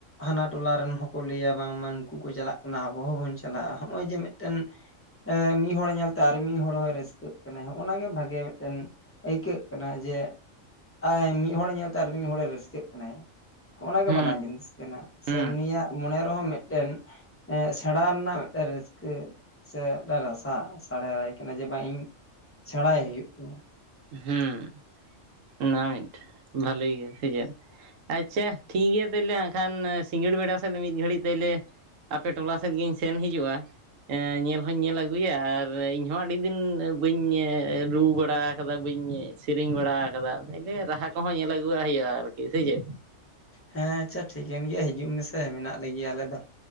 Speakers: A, on the left; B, on the right.
A: ᱦᱟᱱᱟ ᱴᱚᱞᱟ ᱨᱮᱱ ᱦᱚᱸᱠᱚ ᱞᱟᱹᱭᱟ ᱵᱟᱝᱢᱟ ᱱᱩᱸᱠᱩ ᱠᱚ ᱪᱟᱞᱟᱜ ᱠᱟᱱᱟ ᱟᱵᱚ ᱦᱚᱸᱵᱚᱱ ᱪᱟᱞᱟᱜᱼᱟ ᱱᱚᱜᱼᱚᱭ ᱡᱮ ᱢᱤᱫᱴᱮᱱ᱾ ᱮᱸ ᱢᱤᱫ ᱦᱚᱸᱲ ᱧᱮᱞᱛᱮ ᱟᱨ ᱢᱤᱫ ᱦᱚᱸᱲ ᱦᱚᱸ ᱨᱟᱹᱥᱠᱟᱹᱜ ᱠᱟᱱᱟᱭ ᱚᱱᱟ ᱜᱮ ᱵᱷᱟᱜᱮ ᱢᱤᱫᱴᱮᱱ᱾ ᱟᱹᱭᱠᱟᱹᱜ ᱠᱟᱱᱟ ᱡᱮ, ᱟᱭ ᱢᱤᱫ ᱦᱚᱸᱲ ᱧᱮᱞ ᱛᱮ ᱟᱨ ᱢᱤᱫ ᱦᱚᱸᱲ ᱮ ᱨᱟᱹᱥᱠᱟᱹᱜ ᱠᱟᱱᱟᱭ᱾ ᱚᱱᱟ ᱜᱮ
B: ᱦᱩᱸ
A: ᱢᱟᱨᱟᱝ ᱡᱤᱱᱤᱥ ᱠᱟᱱᱟ ᱥᱮ
B: ᱦᱩᱸ
A: ᱩᱱᱤᱭᱟᱜ ᱢᱚᱱᱮ ᱨᱮᱦᱚᱸ ᱢᱤᱫᱴᱮᱱ᱾ ᱮᱸ ᱥᱮᱬᱟ ᱨᱮᱱᱟᱜ ᱢᱤᱫᱴᱮᱱ ᱨᱟᱹᱥᱠᱟᱹ᱾ ᱥᱮ ᱨᱟᱥᱟ ᱟᱥᱬᱟᱭ ᱠᱟᱱᱟ ᱡᱮ ᱵᱟᱝ ᱤᱧ ᱥᱮᱬᱟᱭ ᱦᱩᱭᱩᱜ ᱛᱤᱧᱟᱹ᱾
B: ᱦᱩᱸ, ᱚᱱᱟ ᱢᱤᱫᱴᱮ ᱵᱷᱟᱞᱮ ᱜᱮ ᱥᱮ ᱪᱮᱫ? ᱟᱪᱪᱷᱟ ᱴᱷᱤᱠ ᱜᱮᱭᱟ ᱛᱟᱦᱞᱮ, ᱦᱟᱸᱠᱷᱟᱱ ᱥᱤᱸᱜᱟᱹᱲ ᱵᱮᱲᱟ ᱥᱮᱫ ᱢᱤᱫ ᱜᱷᱟᱹᱲᱤᱡᱽ ᱛᱟᱦᱞᱮ᱾ ᱟᱯᱮ ᱴᱚᱞᱟ ᱥᱮᱡ ᱜᱤᱧ ᱥᱮᱱ ᱦᱤᱡᱩᱜᱼᱟ᱾ ᱮᱸ ᱧᱮᱞ ᱦᱚᱧ ᱧᱮᱞ ᱟᱹᱜᱩᱭᱟ ᱟᱨ ᱤᱧ ᱦᱚᱸ ᱟᱹᱰᱤ ᱫᱤᱱ ᱵᱟᱹᱧ ᱨᱩ ᱵᱟᱲᱟ᱾ ᱠᱟᱫᱟ, ᱵᱟᱹᱧ ᱥᱮᱨᱮᱧ ᱵᱟᱲᱟ ᱠᱟᱫᱟ, ᱛᱟᱦᱚᱞᱮ ᱨᱟᱦᱟ ᱠᱚᱦᱚᱸ ᱧᱮᱞ ᱟᱹᱜᱩᱣᱟᱜ ᱦᱳᱭᱳᱜᱼᱟ ᱟᱨᱠᱤ, ᱥᱮ ᱪᱮᱫ?
A: ᱦᱮᱸ, ᱟᱪᱪᱷᱟ ᱴᱷᱤᱠᱟᱹᱱ ᱜᱮᱭᱟ ᱦᱤᱡᱩᱜ ᱢᱮᱥᱮ ᱢᱮᱱᱟᱜ ᱞᱮ ᱜᱮᱭᱟ ᱟᱞᱮ ᱫᱚ᱾